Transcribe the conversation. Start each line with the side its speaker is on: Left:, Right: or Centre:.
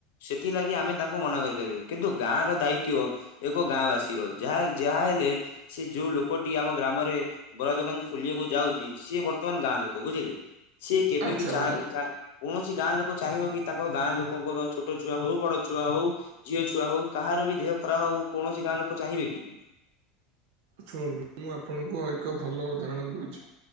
Left: ସେଥିଲାଗି ଆମେ ତାଙ୍କୁ ମନା କରିପାରୁ, କିନ୍ତୁ ଗାଁ ର ଦାୟିତ୍ୱ ଏକ ଗାଁ ବାସୀ ର ଯାହା ଯାହା ହେଲେ ସେ ଯୋଉ ଲୋକଟି ଆମ ଗ୍ରାମରେ ବରା ଦୋକାନ୍ ଖୋଲିବାକୁ ଯାଉଛି ସିଏ ବର୍ତ୍ତମାନ ଗାଁ ଲୋକ ବୁଝିଲେ ସିଏ କେବେ
Right: ଆଚ୍ଛା
Left: ବିି ଚାଏ
Right: ବନ୍ଧୁ
Left: ଚାଏ କୌଣସି ଗାଁ ଲୋକ ଚାହିଁବ କି ତାଙ୍କ ଗାଁ ଲୋକଙ୍କର ଛୋଟ ଛୁଆ ହଉ ବଡ ଛୁଆ ହଉ। ଝିଅ ଛୁଆ ହଉ କାହାର ବି ଦେହ ଖରାପ ହଉ କୌଣସି ଗାଁ ଲୋକ ଚାହିଁବେ କି?
Right: ଶୁଣନ୍ତୁ ମୁଁ ଆପଣଙ୍କୁ ଏକ ଭଲ ଉଦାହରଣ ଦଉଛି